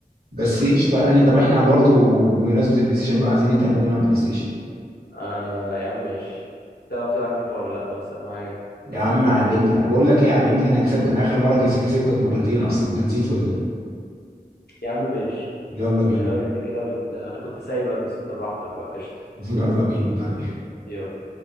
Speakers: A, on the right; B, on the left.
A: بس
B: امم
A: قشطة يعني طب إحنا برضه بمناسبة البلاي ستيشن بقى عايزين نتقابل ونلعب بلاي ستيشن
B: انا يا عم ماشي تعرف تلعب فيفا ولا لا بس اهم حاجه
A: يا عم علمني بقول لك إيه علمني أنا أكسبك
B: <laughs>
A: أنا آخر مرة كس- كسبتك مرتين أصلا أنت نسيت ولا إيه؟
B: يا عم ماشي
A: يلا
B: انت
A: بينا
B: خلي بالك انت كده بت... انا كنت سايبك بس انت براحتك بقى قشطه
A: يلا بينا طيب
B: يلا